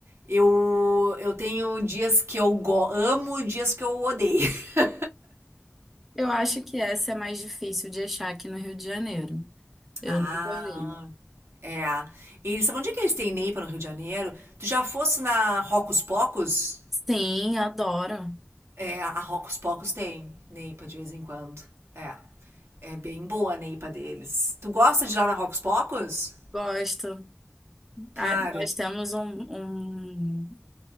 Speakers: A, on the right; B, in the centre.
A: eu, eu tenho dias que eu go- amo e dias que eu odeio. <laughs>
B: Eu acho que essa é mais difícil de achar aqui no Rio de Janeiro. Eu
A: Ah,
B: nunca vi.
A: é. Eles, sabe onde é que eles têm Neipa no Rio de Janeiro? Tu já fosse na Rocos Pocos?
B: Sim, adoro.
A: É, a Rocos Pocos tem Neipa de vez em quando. É. É bem boa a Neipa deles. Tu gosta de ir lá na Rocos Pocos?
B: Gosto.
A: Cara,
B: Ah, Nós temos um, um